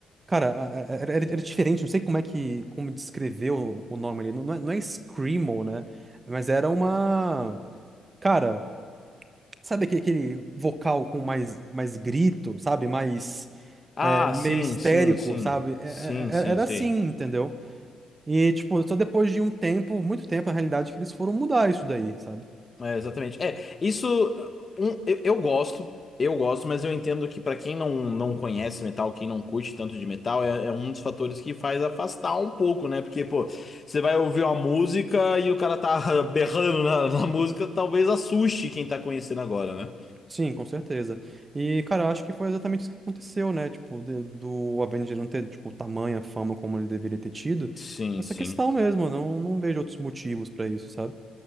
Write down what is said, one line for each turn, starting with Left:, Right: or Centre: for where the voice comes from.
Right: Cara, a- a- era, era- era diferente, não sei como é que. Como descrever o, o nome ali. Não, não é, não é Screamo, né? Mas era uma. Cara, sabe aque- aquele vocal com mais, mais grito, sabe? Mais.
Left: Ah,
Right: é, meio
Left: sim,
Right: histérico,
Left: sim, sim.
Right: sabe? É-
Left: Sim,
Right: é-
Left: sim,
Right: é- Era
Left: sei.
Right: assim, entendeu? E, tipo, só depois de um tempo, muito tempo, na realidade, que eles foram mudar isso daí, sabe?
Left: É, exatamente. É, isso um, eu, eu gosto, eu gosto, mas eu entendo que pra quem não, não conhece metal, quem não curte tanto de metal, é, é um dos fatores que faz afastar um pouco, né? Porque, pô, você vai ouvir uma música e o cara tá <laughs> berrando na, na música, talvez assuste quem tá conhecendo agora, né?
Right: Sim, com certeza. E, cara, eu acho que foi exatamente isso que aconteceu, né? Tipo, de- do Avenger não ter, tipo, tamanha fama como ele deveria ter tido.
Left: Sim,
Right: Essa
Left: sim.
Right: questão mesmo, eu não, não vejo outros motivos pra isso, sabe?